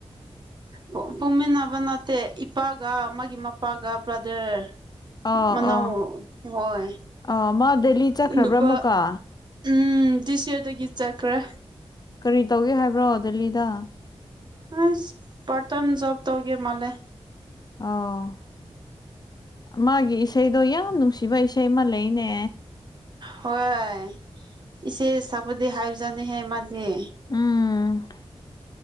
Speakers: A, on the right (about 45°); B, on the left (about 40°).
A: ꯑꯨꯝ ꯄꯨꯃꯤꯟꯅꯕ ꯅꯠꯇꯦ ꯏꯄꯥꯒ ꯃꯥꯒꯤ ꯃꯄꯥꯒ ꯕ꯭ꯔꯗꯔ
B: ꯑꯥ
A: ꯃꯅ
B: ꯑꯥ
A: ꯍꯣꯏ
B: ꯑꯥ ꯃꯥ ꯗꯦꯜꯂꯤ ꯆꯠꯈ꯭ꯔꯕ꯭ꯔꯥ
A: ꯅꯨꯄꯥ
B: ꯑꯃꯨꯛꯀ
A: ꯎꯝ ꯗꯤꯁꯌꯣꯗꯒꯤ ꯆꯀ꯭ꯔ
B: ꯀꯔꯤ ꯇꯧꯒꯦ ꯍꯥꯏꯕ꯭ꯔꯣ ꯗꯦꯜꯂꯤꯗ
A: ꯑ ꯄꯇꯝꯖꯞ ꯇꯧꯒꯦ ꯃꯜꯂꯦ
B: ꯑꯣ ꯃꯥꯒꯤ ꯏꯁꯩꯗꯣ ꯌꯥꯝ ꯅꯨꯡꯁꯤꯕ ꯏꯁꯩ ꯑꯃ ꯂꯩꯅꯦ
A: ꯍꯣꯏ ꯏꯆꯦ ꯆꯥꯛꯄꯗꯤ ꯍꯥꯏꯕꯖꯥꯅꯤꯍꯦ ꯃꯥꯗꯤ
B: ꯎꯝ